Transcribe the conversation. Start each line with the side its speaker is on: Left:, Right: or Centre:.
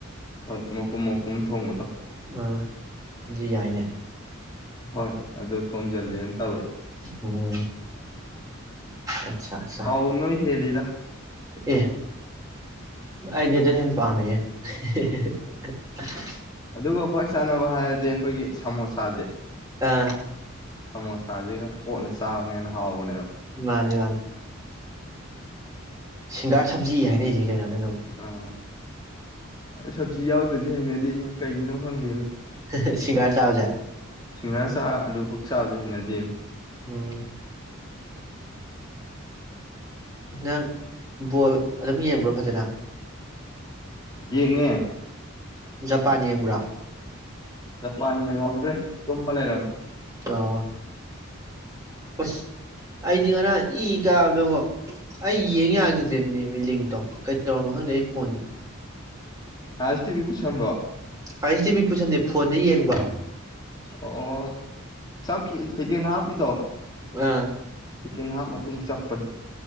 Left: ꯍꯣꯏ ꯃꯄꯨꯝ ꯃꯄꯨꯝ ꯊꯣꯡꯕꯗꯣ
Right: ꯑꯥ ꯑꯗꯨꯁꯨ ꯌꯥꯏꯅꯦ
Left: ꯍꯣꯏ ꯑꯗꯨ ꯊꯣꯡꯖꯥꯜꯂꯦꯅ ꯇꯧꯋꯦ
Right: ꯎꯝ ꯑꯠꯆꯥ ꯑꯠꯆꯥ
Left: ꯑꯥꯎ ꯅꯣꯢ ꯍꯦꯜꯂꯤꯠ ꯗ
Right: ꯑꯦ ꯑꯩꯗꯤ ꯑꯗꯨꯅ ꯍꯦꯟꯅ ꯄꯥꯝꯃꯦꯍꯦ ꯍꯦꯍꯦꯍꯦ
Left: ꯑꯗꯨꯒ ꯈ꯭ꯋꯥꯏ ꯆꯥꯟꯅꯕ ꯍꯥꯏꯔꯗꯤ ꯑꯩꯈꯣꯏꯒꯤ ꯁꯃꯣꯁꯥꯁꯦ
Right: ꯑꯥ
Left: ꯁꯃꯣꯁꯥꯖꯤꯒ ꯀꯣꯠꯂ ꯆꯥꯕꯅ ꯍꯦꯟ ꯍꯥꯎꯕꯅꯦ
Right: ꯃꯥꯅꯤ ꯃꯥꯅꯤ ꯁꯤꯡꯒꯥꯔ ꯁꯞꯖꯤ ꯍꯥꯏꯅꯩꯖꯦ ꯀꯩꯅꯣ ꯑꯗꯨꯅꯕꯨ
Left: ꯑꯥ ꯁꯞꯖꯤ ꯌꯥꯎꯗꯗꯤ ꯍꯩꯅꯗꯦꯅꯦ ꯀꯩꯒꯤꯅꯣ ꯍꯪꯗꯦꯅꯣ
Right: ꯍꯦꯍꯦ ꯁꯤꯡꯒꯥꯔ ꯆꯥꯕꯖꯦ
Left: ꯁꯤꯡꯍꯥꯔ ꯆꯥ ꯑꯂꯨꯈꯛ ꯆꯥꯕꯁꯨ ꯍꯩꯅꯗꯦ
Right: ꯎꯝ ꯅꯪ ꯕꯣꯜ ꯑꯗꯨꯝ ꯌꯦꯡꯕ꯭ꯔꯣ ꯐꯖꯅ
Left: ꯌꯦꯡꯉꯦ
Right: ꯖꯄꯥꯟ ꯌꯦꯡꯕ꯭ꯔꯣ
Left: ꯖꯄꯥꯟ ꯌꯦꯡꯍꯧꯗ꯭ꯔꯦ ꯇꯨꯝꯃ ꯂꯩꯔꯝꯃꯦ
Right: ꯑꯣ ꯑꯨꯁ ꯑꯩꯗꯤ ꯉꯔꯥꯡ ꯢ ꯀꯕꯗꯣꯉꯣ ꯑꯩ ꯌꯦꯡ ꯌꯥꯈꯤꯗ꯭ꯔꯦꯅꯦꯃꯤ ꯂꯤꯡꯇꯣ ꯀꯔꯤ ꯇꯧꯔꯅꯣ ꯈꯪꯗꯦ ꯑꯩ ꯐꯣꯟꯁꯦ
Left: ꯑꯥꯢ ꯑꯦꯁ ꯇꯤ ꯚꯤ ꯄꯨꯁꯝꯕ꯭ꯔꯣ
Right: ꯑꯥꯏ ꯑꯦꯁ ꯇꯤ ꯚꯤ ꯄꯨꯁꯟꯗꯦ ꯐꯣꯟꯗ ꯌꯦꯡꯕ
Left: ꯑꯣ ꯆꯞꯀꯤ ꯁꯦꯀꯦꯟ ꯍꯥꯐ ꯀꯤꯗꯣ <unintelligible>
Right: ꯑꯥ
Left: ꯁꯦꯀꯦꯟ ꯍꯥꯞ ꯃꯇꯨꯡ ꯆꯞꯄꯅꯦ